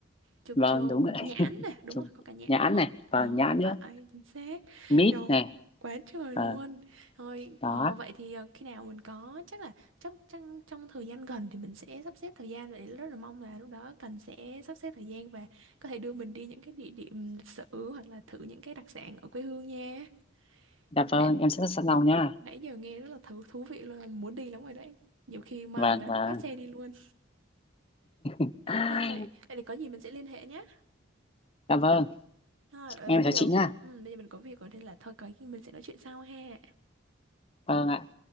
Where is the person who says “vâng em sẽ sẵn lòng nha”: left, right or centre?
Left